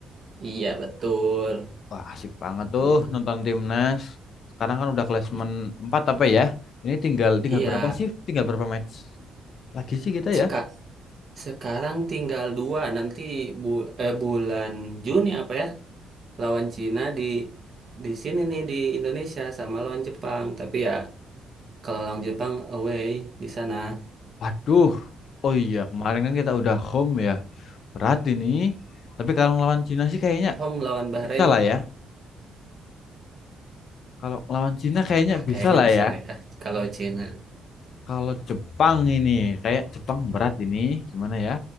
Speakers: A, on the right; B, on the left.
A: Iya betul.
B: Wah, asik banget tuh
A: Ya,
B: nonton timnas. Sekarang kan udah klasemen
A: i-
B: 4 apa ya? Ini tinggal tinggal
A: iya.
B: berapa sih? Tinggal berapa match lagi sih kita
A: Seka
B: ya?
A: sekarang tinggal dua nanti bu eh, bulan Juni apa ya lawan Cina di di sini nih di Indonesia sama lawan Jepang. Tapi ya kalau lawan Jepang away di sana,
B: Waduh. Oh iya, kemarin kan kita udah home ya. Berat ini. Tapi kalau ngelawan Cina sih kayaknya
A: home lawan Bahrain
B: bisa lah ya. Kalau ngelawan Cina kayaknya bisa
A: Kayaknya
B: lah
A: bisa
B: ya.
A: lah ya, kalau Cina.
B: Kalau Jepang ini, kayak Jepang berat ini. Gimana ya?